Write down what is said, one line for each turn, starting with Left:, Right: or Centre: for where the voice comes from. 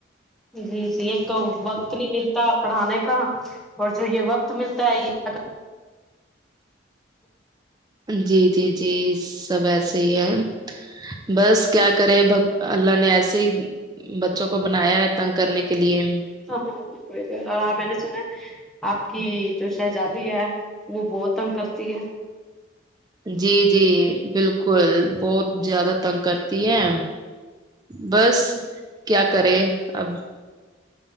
Centre: جی جی ایک تو وقت نہیں ملتا پڑھانے کا اور جو یہ وقت ملتا ہے یہ
Right: جی جی جی سب ایسے ہی ہے بس کیا کرے بگ اللہ نے ایسے ہی بچوں کو بنایا ہے تنگ کرنے کے لیے
Centre: ہاں ہاں بال بک اور آ میں نے سنا آپ کی جو شہزادی ہے وہ بہت تنگ کرتی ہے
Right: جی جی بالکل بہت زیادہ تنگ کر ہے بس کیا کرے اب